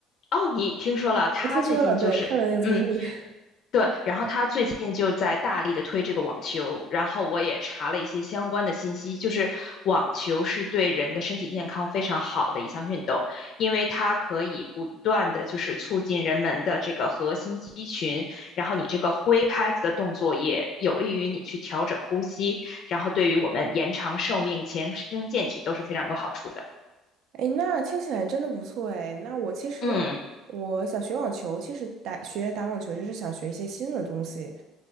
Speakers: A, on the left; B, on the right.
A: 哦，你听说了，他最近就是，
B: 我听说了，对，看了那个综艺。
A: 嗯，
B: <laughs>
A: 对，然后他最近就在大力的推这个网球，然后我也查了一些相关的信息，就是网球是对人的身体健康非常好的一项运动，因为它可以不断的就是促进人们的这个核心肌群，然后你这个挥拍子的动作也有利于你去调整呼吸，然后对于我们延长寿命、强身健体都是非常有好处的。
B: 哎，那听起来真的不错哎。那我其实
A: 嗯。
B: 我想学网球，其实打学打网球就是想学一些新的东西。